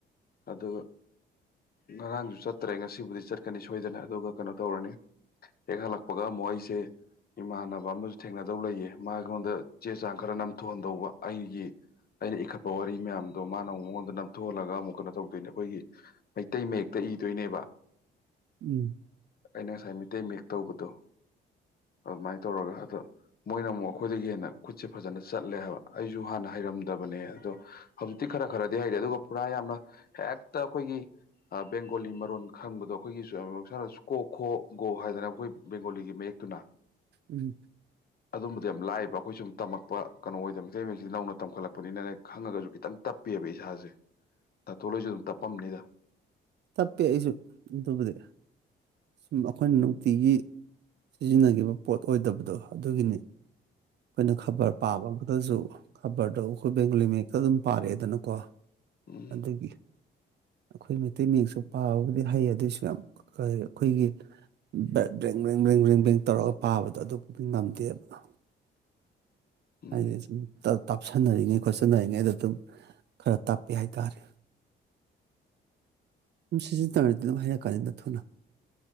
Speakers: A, on the left (about 50°); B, on the right (about 60°).
A: ꯑꯗꯨꯒ ꯉꯔꯥꯡꯁꯨ ꯆꯠ ꯇ꯭ꯔꯦ ꯉꯁꯤꯕꯨꯗꯤ ꯆꯠꯀꯅꯤ ꯁꯣꯏꯗꯅ ꯑꯗꯨꯒ ꯀꯩꯅꯣ ꯇꯧꯔꯅꯤ ꯍꯦꯛ ꯍꯜꯂꯛꯄꯒ ꯑꯃꯨꯛ ꯑꯩꯁꯦ ꯏꯃꯥꯟꯅꯕ ꯑꯃꯁꯨ ꯊꯦꯡꯅꯗꯧ ꯂꯩꯌꯦ ꯃꯥ ꯑꯩꯉꯣꯟꯗ ꯆꯦ ꯆꯥꯡ ꯈꯔ ꯅꯝꯊꯣꯛꯍꯟꯗꯧꯕ ꯑꯩꯒꯤ ꯑꯩꯅ ꯏꯈꯠꯄ ꯋꯥꯔꯤ ꯃꯌꯥꯝꯗꯣ ꯃꯥꯅ ꯑꯃꯨꯛ ꯃꯉꯣꯟꯗ ꯅꯝꯊꯣꯛꯍꯜꯂꯒ ꯑꯃꯨꯛ ꯀ ꯇꯧꯗꯣꯏꯅꯦ ꯑꯩꯈꯣꯏꯒꯤ ꯃꯩꯇꯩ ꯃꯌꯦꯛꯇ ꯏꯗꯣꯏꯅꯦꯕ
B: ꯎꯝ
A: ꯑꯩꯅ ꯉꯁꯥꯏ ꯃꯩꯇꯩ ꯃꯌꯦꯛ ꯇꯧꯕꯗꯣ ꯑꯗꯨꯃꯥꯏꯅ ꯇꯧꯔꯒ ꯑꯗ ꯃꯣꯏꯅ ꯑꯃꯨꯛ ꯑꯩꯈꯣꯏꯗꯒꯤ ꯍꯦꯟꯅ ꯈꯨꯠꯁꯦ ꯐꯖꯅ ꯆꯠꯂꯦ ꯍꯥꯏꯕ ꯑꯩꯁꯨ ꯍꯥꯟꯅ ꯍꯩꯔꯝꯗꯕꯅꯦ ꯑꯗꯣ ꯍꯧꯖꯤꯛꯇꯤ ꯈꯔ ꯈꯔꯗꯤ ꯍꯩꯔꯦ ꯑꯗꯨꯒ ꯄꯨꯔꯥ ꯌꯥꯝꯅ ꯍꯦꯛꯇ ꯑꯩꯈꯣꯏꯒꯤ ꯕꯦꯡꯒꯣꯂꯤ ꯃꯔꯣꯟ ꯈꯪꯕꯗꯣ <unintelligible> ꯑꯩꯈꯣꯏꯒꯤ ꯁ ꯀꯣ ꯈꯣ ꯒꯣ ꯍꯥꯏꯗꯅ ꯑꯩꯈꯣꯏ ꯕꯦꯡꯒꯣꯂꯤꯒꯤ ꯃꯌꯦꯛꯇꯨꯅ
B: ꯎꯝ
A: ꯑꯗꯨꯝꯕꯗꯤ ꯌꯥꯝ ꯂꯥꯏꯕ ꯑꯩꯈꯣꯏ ꯁꯨꯝ ꯇꯝꯃꯛꯄ ꯀꯩꯅꯣ ꯑꯣꯏꯗꯅ ꯃꯩꯇꯩ ꯁꯌꯦꯛ ꯁꯤꯗꯤ ꯅꯧꯅ ꯇꯝꯈꯠꯂꯛꯄꯅꯤꯅꯅꯦ ꯈꯪꯉꯒꯁꯨ ꯈꯤꯇꯪ ꯇꯞꯄꯦꯕ ꯏꯁꯥꯁꯦ ꯊꯣꯜ ꯍꫭꯏꯁꯨ ꯑꯗꯨꯝ ꯇꯞꯄꯝꯅꯤꯗ
B: ꯇꯞꯄꯦ ꯑꯩꯁꯨ ꯑꯗꯨꯕꯨꯗꯤ ꯁꯨꯝ ꯑꯩꯈꯣꯏꯅ ꯅꯨꯡꯇꯤꯒꯤ ꯁꯤꯖꯤꯟꯅꯈꯤꯕ ꯄꯣꯠ ꯑꯣꯏꯗꯕꯗꯣ ꯑꯗꯨꯒꯤꯅꯤ ꯑꯩꯈꯣꯏꯅ ꯈꯕꯔ ꯄꯥꯕ ꯑꯃꯗꯁꯨ ꯈꯕꯔꯗꯣ ꯑꯩꯈꯣꯏ ꯕꯦꯡꯒꯂꯤ ꯃꯦꯛꯇ ꯑꯗꯨꯝ ꯄꯥꯔꯛꯑꯦꯗꯅꯀꯣ
A: ꯎꯝ
B: ꯑꯗꯒꯤ ꯑꯩꯈꯣꯏ ꯃ ꯑꯇꯩ ꯃꯤꯌꯦꯛꯁꯨ ꯄꯥꯕꯕꯨꯗꯤ ꯍꯩ ꯑꯗꯨꯑꯣꯏꯁꯨ ꯌꯥꯝ ꯀ ꯑꯩꯈꯣꯏꯒꯤ ꯕꯦꯡ ꯕꯦꯡ ꯕ꯭ꯔꯦꯡ ꯕꯦꯡ ꯕ꯭ꯔꯦꯡ ꯇꯧꯔꯒ ꯄꯥꯕꯗꯣ ꯑꯗꯨꯕꯨꯗꯤ ꯉꯝꯗꯦꯕ
A: ꯎꯝ
B: ꯍꯥꯏ ꯇꯥꯞꯁꯟꯅꯔꯤꯉꯩ ꯈꯣꯠꯆꯟꯅꯔꯤꯉꯩ ꯑꯗꯨꯗ ꯑꯗꯨꯝ ꯈꯔ ꯇꯥꯛꯄꯤ ꯍꯥꯏ ꯔꯦ ꯑꯗꯨꯝ ꯁꯤꯖꯤꯟꯅ ꯇꯧꯔꯗꯅ ꯀꯅꯤ ꯅ ꯊꯅ